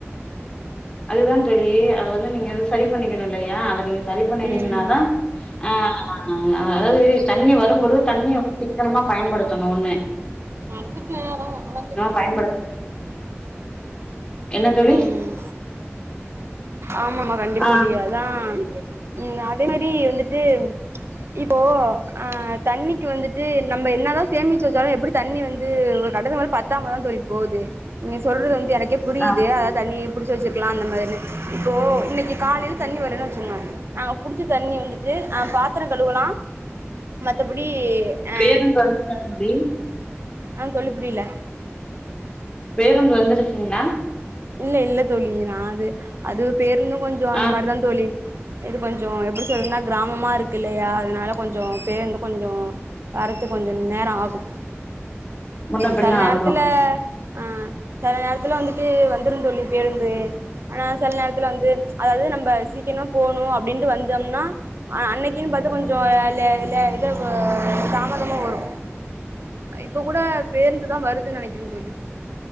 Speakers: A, on the left; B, on the right.
A: அதுதா தோழி அத வந்து நீங்க சரி பண்ணிக்கணு இல்லையா அத நீங்க சரி பண்ணினீங்கனாதா
B: ம்
A: பண்ணினீங்கன்னாதான் ஆ ஆ அ அதாவது தண்ணி வரும் பொழுது தண்ணிய வந்து சிக்கனமா பயன்படுத்தணுனு <inaudible>
B: நடந்துட்டு அதா நனஞ்சிருக்கு
A: பயன்படுத்து என்ன தோழி
B: ம் ஆமாமா கண்டிப்பா
A: ஆ
B: தோழி அதா ம் அதே மாரி வந்துட்டு இப்போ ஆ தண்ணிக்கு வந்துட்டு நம்ம என்னதா சேமிச்சு வச்சாலு எப்பிடி தண்ணி வந்து ஒரு கட்டதுக்கு மேல பத்தாம தா தோழி போது நீங்க சொல்றது வந்து எனக்கே புரியிது
A: ஆ
B: அதா தண்ணி புடுச்சு வச்சுருக்கலா அந்த மாதிரின்னு இப்போ இன்னக்கி காலேல தண்ணி வரலேன் வச்சுகோங்க நாங்க புடுச்ச தண்ணி வந்துட்டு ஆ பாத்தரோ கழுவலா மத்தபடி ஆ
A: பேருந்து வந்துருச்சா தோழி
B: ஆ தோழி புரியல
A: பேருந்து வந்துருச்சுங்களா
B: இல்ல இல்ல தோழி நா அது அது பேருந்து கொஞ்சோ அந்த
A: ஆ
B: மாரிதா தோழி இது கொஞ்சோ எப்டி சொல்றதுனா கிராமமா இருக்கு இல்லையா அதுனால கொஞ்சோ பேருந்து கொஞ்சோ வரத்து கொஞ்ச நேரோ ஆகு
A: முன்ன பின்ன
B: சில நேரத்துல
A: ஆகு
B: ஆ சில நேரத்துல வந்துட்டு வந்துரு தோழி பேருந்து ஆனா சில நேரத்துல வந்து அதாவது நம்ம சீக்கிரமா போகணு அப்டின்ட்டு வந்தம்னா அ அன்னக்கின் பாத்து கொஞ்சோ லே லே இல்ல இத பு தாமதமா வரு இப்ப கூட பேருந்து தா வருதுன் நெனைக்கிறே தோழி